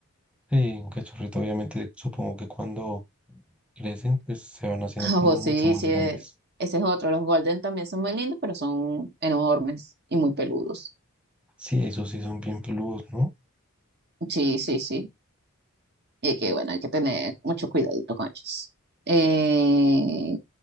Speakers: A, in the centre; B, on the right.
A: sí, un cachorrito, obviamente supongo que cuando crecen pues se van haciendo
B: <laughs>
A: como
B: Oh,
A: mucho
B: sí,
A: más
B: sí,
A: grandes.
B: eh, ese es otro, los golden también son muy lindos, pero son enormes y muy peludos.
A: Sí, esos sí son bien peludos, ¿no?
B: Sí, sí, sí. Y que bueno, hay que tener mucho cuidadito con ellos. Eh,